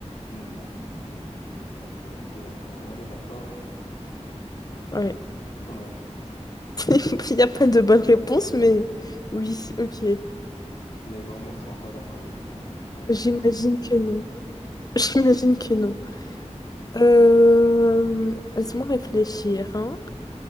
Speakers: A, on the left; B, on the left.
A: Hum, D'accord. Oui, oui, ça- donc, je suis d'accord. On est d'accord et c'est, oui,
B: Ouais.
A: c'est une bonne réponse.
B: <laughs> Il n'y a pas de bonne réponse, mais oui, ok.
A: Les grands-mères seront pas d'accord avec moi. Allez,
B: J'imagine
A: on continue.
B: que non. <laughs> J'imagine que non. Euh, Laisse-moi réfléchir, hein.